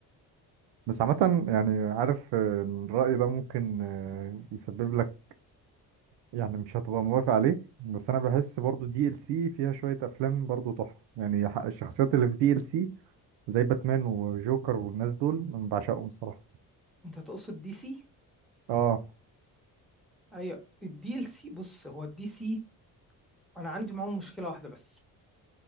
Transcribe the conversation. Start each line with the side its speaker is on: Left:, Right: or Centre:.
Right: بس عامة يعني عارف آه، إن الرأي ده ممكن آه، يسبب لك يعني مش هتبقى موافق عليه بس أنا بحس برضو دي ال سي فيها شوية أفلام برضو تحفة يعني ح- الشخصيات اللي في دي ال سي زي باتمان وجوكر والناس دول أنا بعشقهم الصراحة
Centre: انت تقصد دي سي
Right: اه
Centre: اي الدي ال سي بص هو الدي سي انا عندي معاهم مشكله واحده بس